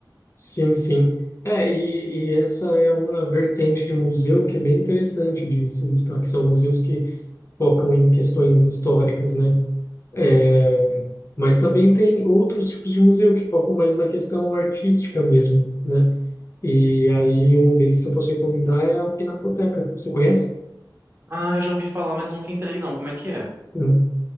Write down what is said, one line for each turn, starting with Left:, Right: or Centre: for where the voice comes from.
Left: Sim, sim. É, e, e essa é uma vertente de museu que é bem interessante de se visitar, que são museus que focam em questões históricas, né? É, mas também tem outros tipos de museu que focam mais na questão artística mesmo, né? E aí um deles que eu posso recomendar é a Pinacoteca. Você conhece?
Right: Ah, eu já ouvi falar, mas eu nunca entrei, não. Como é que é?
Left: Não.